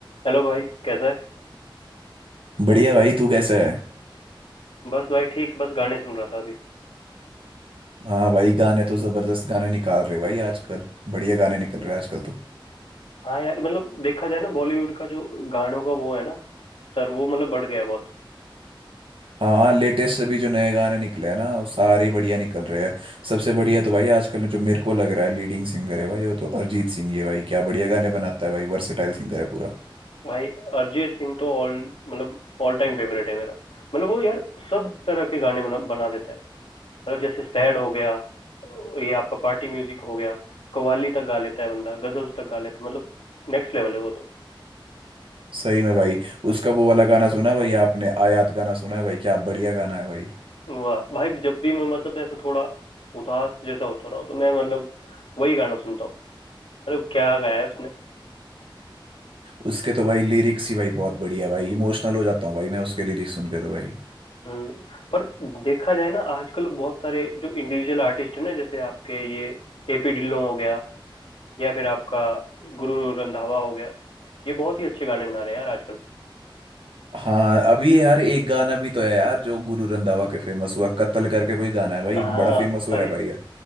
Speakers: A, on the left (about 85°); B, on the right (about 75°).
A: Hello भाई कैसा है
B: बढ़िया भाई तू कैसा है
A: बस भाई ठीक बस गाने सुन रहा था अभी
B: हाँ भाई गाने तो जबरदस्त गाने निकाल रहे भाई आजकल बढ़िया गाने निकल रहे हैं आजकल तो
A: हाँ यार मतलब देखा जाए ना बॉलीवुड का जो गानों का वो है ना स्तर वो मतलब बढ़ गया है बहुत
B: हाँ लेटेस्ट अभी जो नए गाने निकले हैं ना वो सारे ही बढ़िया निकल रहे हैं सबसे बढ़िया तो भाई आजकल जो मेरे को लग रहा है लीडिंग सिंगर है भाई वो तो अरिजीत सिंह ही है भाई क्या बढ़िया गाने बनाता है भाई वर्सेटाइल सिंगर है पूरा
A: भाई अरिजीत सिंह तो ऑल मतलब ऑल टाइम फेवरेट है मेरा मतलब वो यार सब तरह के गाने बना बना देता है मतलब जैसे सैड हो गया ये आपका पार्टी म्यूजिक हो गया कव्वाली तक गा लेता है बंदा गजल तक गा लेता है मतलब नेक्स्ट लेवल है वो तो
B: सही में भाई उसका वो वाला गाना सुना है भाई आपने आयात गाना सुना है भाई क्या बढ़िया गाना है भाई
A: वाह भाई जब भी मैं मतलब ऐसा थोड़ा उदास जैसा होता रहा हूँ तो मैं मतलब वही गाना सुनता हूँ मतलब क्या गाया है उसने
B: उसके तो भाई लिरिक्स ही भाई बहुत बढ़िया है भाई इमोशनल हो जाता हूँ भाई मैं उसके लिरिक्स सुन के तो भाई
A: हम्म पर देखा जाए ना आजकल बहुत सारे जो इंडिविजुअल आर्टिस्ट है ना जैसे आपके ये एपी ढिल्लों हो गया या फिर आपका गुरु रंधावा हो गया ये बहुत ही अच्छे गाने बना रहे हैं यार आजकल
B: हाँ अभी यार एक गाना भी तो है यार जो गुरु रंधावा के फेमस हुआ कत्ल करके कोई गाना है भाई
A: हाँ
B: बड़ा फेमस हो
A: अरे
B: रहा है भाई यार